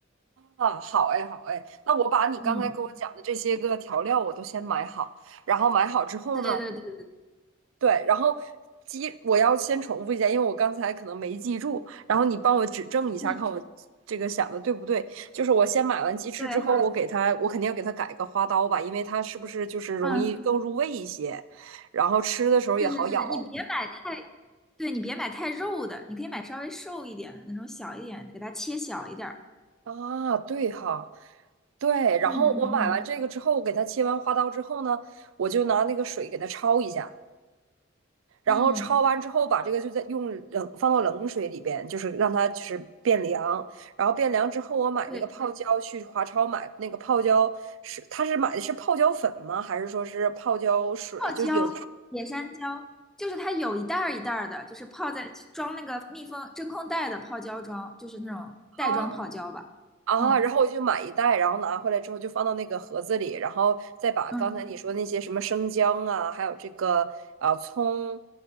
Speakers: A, on the right; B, in the centre.
A: 啊，好哎，好哎，那我把你刚才给我讲的这些个调料我都先买好，
B: 嗯，
A: 然后买好之后呢，
B: 对对对对，
A: 对，然后鸡我要先重复一下，因为我刚才可能没记住，然后你帮我指正一下，
B: 嗯，
A: 看我这个想的对不对。就是我先买完鸡翅之后，
B: 对，好
A: 我给它，我肯定要给它改个花刀吧，因为它是不是就是容易更入味一些，
B: 嗯，
A: 然后吃的时候也好咬。
B: 是是是，你别买太，对你别买太肉的，你可以买稍微瘦一点的那种小一点的，给它切小一点儿。
A: 啊，对哈，对。然后我买完这个之后，
B: 嗯嗯
A: 我给它切完花刀之后呢，我就拿那个水给它焯一下，然后焯完之后，
B: 嗯嗯，
A: 把这个就在用冷放到冷水里边，就是让它就是变凉。然后变凉之后，我买那个泡椒去华超买那个泡椒是，
B: 对。
A: 他是买的是泡椒粉吗？还是说是泡椒水？
B: 泡椒，
A: 就是有
B: 野山椒，就是它有一袋儿一袋儿的，就是泡在装那个密封真空袋的泡椒装，就是那种袋装泡椒吧。
A: 啊，啊，
B: 嗯
A: 然后我就买一袋，然后拿回来之后就放到那个盒子里，然后再把刚才你说的那些什么生姜啊，
B: 嗯，
A: 还有这个啊葱，